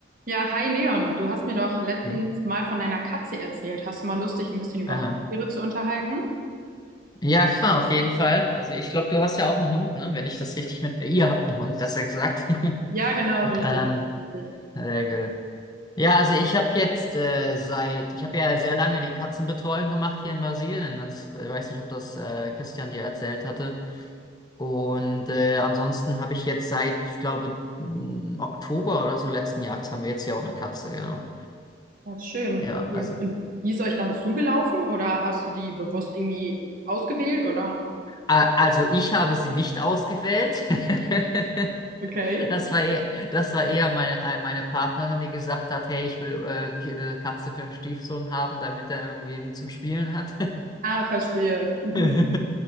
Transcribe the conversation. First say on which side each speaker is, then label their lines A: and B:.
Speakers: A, on the right; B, on the left.
A: Ja, hi Leon, du hast mir doch letztens
B: Okay.
A: mal von deiner Katze erzählt. Hast du mal Lust, dich ein bisschen über
B: Anna.
A: Haustiere zu unterhalten?
B: Ja, klar, auf jeden Fall. Also ich glaube, du hast ja auch einen Hund, ne? Wenn ich das richtig mit... Ihr habt einen Hund, besser gesagt.
A: Ja,
B: <laughs>
A: genau, richtig,
B: Ähm,
A: richtig.
B: sehr gut. Ja, also ich habe jetzt äh, seit... Ich habe ja sehr lange die Katzenbetreuung gemacht hier in Brasilien. Das, ich weiß nicht, ob das äh, Christian dir erzählt hatte. Und äh, ansonsten habe ich jetzt seit, ich glaube, m, Oktober oder so letzten Jahres haben wir jetzt hier auch eine Katze, genau.
A: Ja, schön,
B: Ja,
A: cool.
B: also...
A: Und die ist euch dann zugelaufen oder hast du die bewusst irgendwie ausgewählt oder?
B: A- Also ich habe sie nicht ausgewählt. <laughs>
A: Okay.
B: Das war eher, das war eher meine, ein- meine Partnerin, die gesagt hat, hey, ich will, äh, ich will eine Katze für einen Stiefsohn haben, damit er irgendwie ihn zum Spielen hat.
A: Ah, verstehe. Mhm.
B: <laughs>